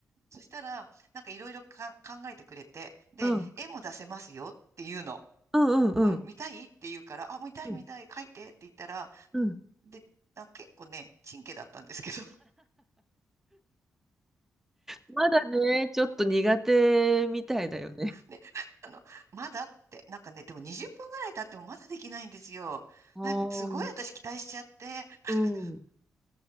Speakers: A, on the right; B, in the centre.
A: そしたら、なんかいろいろか考えてくれて、で、
B: うん
A: 絵も出せますよっていうの。
B: うんうんうん
A: うん、見たいって言うから、あ、見たい見たい、
B: うん
A: 描いてって言ったら、
B: うん
A: んで、あ、結構ね、チンケだったんですけど、
B: まだね、ちょっと苦手みたいだよね。
A: ね、<laughs> あの、まだって、なんかね、でも20分ぐらい経ってもまだできないんですよ。
B: ああ、
A: なんか、すごい私期待しちゃって、<laughs>
B: うん。